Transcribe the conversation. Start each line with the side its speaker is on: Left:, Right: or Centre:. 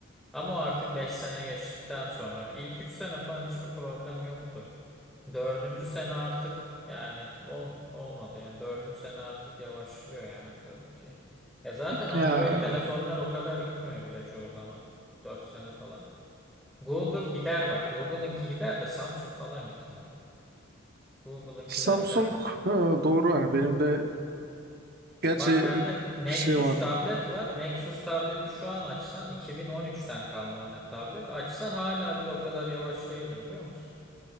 Centre: Ama o artık 5 sene geçtikten sonra ilk 3 sene falan hiçbir problem yoktu. Dördüncü sene artık yani ol, olmadı. Yani dördüncü sene artık yavaşlıyor yani tabii ki. Ya zaten Android
Right: Ya
Centre: telefonlar o kadar gitmiyor bile çoğu zaman. dört sene falan. Google gider bak. Google'ınki gider de Samsung falan gitmiyor. Google'ınkiler
Right: Samsung
Centre: gider.
Right: e, doğru yani benim de gerçi
Centre: Bak bende Nexus
Right: bir şey vardı.
Centre: tablet var. Nexus tableti şu an açsan iki bin on üçten kalma o ne- tablet. Açsan hala bile o kadar yavaş değildir biliyor musun?